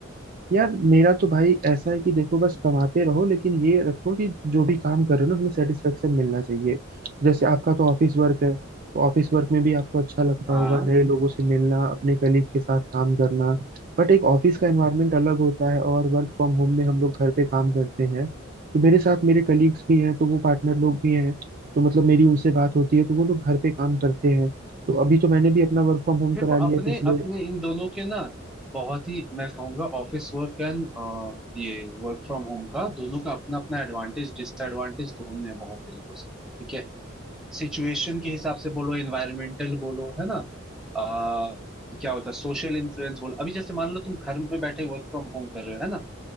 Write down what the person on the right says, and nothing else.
यार मेरा तो भाई ऐसा है कि देखो बस कमाते रहो लेकिन ये रखो कि जो भी काम कर रहे हो ना उसमें सेटिस्फेक्शन मिलना चाहिए जैसे आपका तो ऑफिस वर्क है तो ऑफिस वर्क में भी आपको अच्छा लगता
होगा नए लोगों से मिलना अपने कलीग के साथ काम करना बट एक ऑफिस का एनवायरनमेंट अलग होता है और वर्क फ्रॉम होम में हम लोग घर पे काम करते हैं तो मेरे साथ मेरे कलीग्स भी हैं तो वो पार्टनर लोग भी हैं तो मतलब मेरी उनसे बात होती है तो वो लोग घर पे काम करते हैं तो अभी तो मैंने भी अपना वर्क फ्रॉम होम
करा लिया
पिछले